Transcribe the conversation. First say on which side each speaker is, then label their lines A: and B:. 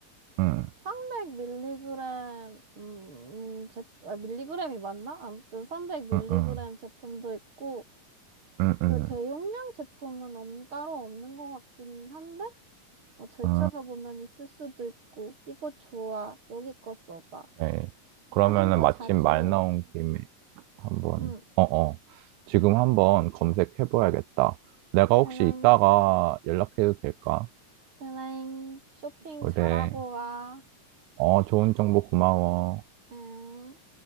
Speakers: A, on the right; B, on the right.
A: 응,
B: 300mg, 음, 음, 제, 아, 밀리그램이 맞나? 아무튼 300mg
A: 응, 응,
B: 제품도 있고,
A: 응,
B: 그
A: 응.
B: 대용량 제품은 없, 따로 없는 것 같긴 한데? 뭐, 잘
A: 아,
B: 찾아보면 있을 수도 있고, 이거 좋아. 여기 거 써봐.
A: 네. 그러면은
B: 할인도
A: 마침
B: 자주
A: 말
B: 해.
A: 나온 김에 한번,
B: 응,
A: 어, 어. 지금 한번 검색해봐야겠다. 내가 혹시
B: 클랭,
A: 이따가 연락해도 될까?
B: 클랭, 쇼핑
A: 그래.
B: 잘하고 와.
A: 어, 좋은 정보 고마워.
B: 응.